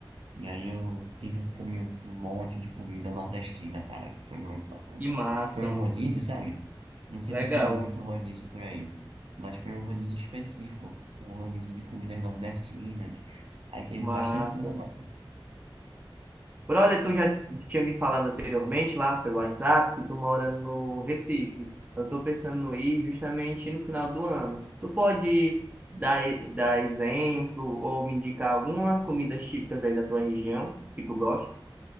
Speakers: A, on the right; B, on the right.
A: e aí eu tive, comi um monte de comida nordestina, cara. Foi muito bacana.
B: Que massa,
A: Foi um
B: mano.
A: rodízio, sabe? Não sei
B: Legal,
A: se tem muito rodízio por aí, mas foi um rodízio específico, um rodízio de comidas nordestinas. Aí teve
B: massa.
A: bastante coisa massa.
B: Brother, tu já tinha me falado anteriormente lá pelo WhatsApp que tu mora no Recife. Eu tô pensando em ir justamente no final do ano. Tu pode dar, dar exemplo ou me indicar algumas comidas típicas aí da tua região que tu gosta?